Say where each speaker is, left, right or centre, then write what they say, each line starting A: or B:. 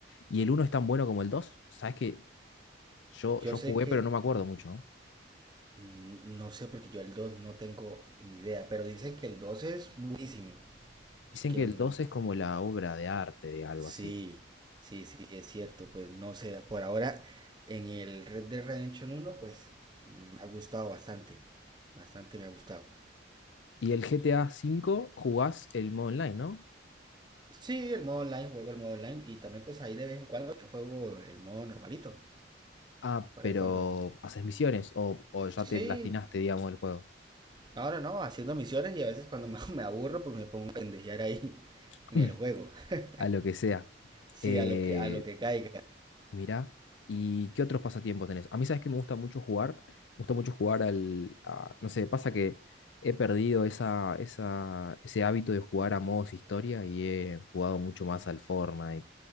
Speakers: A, on the left (about 70°); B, on the right (about 25°).
A: ¿Y el uno es tan bueno como el 2? Sabes que yo,
B: Yo
A: yo
B: sé
A: jugué,
B: que
A: pero no me acuerdo mucho. ¿no?
B: Mm, No sé, porque yo el 2 no tengo ni idea, pero dicen que el 2 es buenísimo.
A: Dicen
B: Así que
A: que
B: n-
A: el 2 es como la obra de arte de algo
B: sí,
A: así.
B: sí, sí, sí, es cierto. Pues no sé, por ahora en el Red Dead Redemption uno pues me ha gustado bastante. Bastante me ha gustado.
A: Y el GTA V jugás el modo online, ¿no?
B: Sí, el modo online, juego el modo online y también pues ahí de vez en cuando juego el modo normalito.
A: Ah,
B: Por
A: pero
B: ahí cuando...
A: haces misiones o, o ya
B: Sí,
A: te
B: sí.
A: platinaste, digamos, el juego.
B: Ahora no, no, no, haciendo misiones y a veces cuando <laughs> me me aburro pues me pongo a pendejear ahí
A: <laughs>
B: en el juego. <laughs>
A: A lo que sea.
B: Sí,
A: Eh,
B: a lo que, a lo que caiga.
A: mirá. ¿Y qué otros pasatiempos tenés? A mí, sabes que me gusta mucho jugar. Me gusta mucho jugar al. a- no sé, pasa que he perdido esa, esa, ese hábito de jugar a modos historia y he jugado mucho más al Fortnite,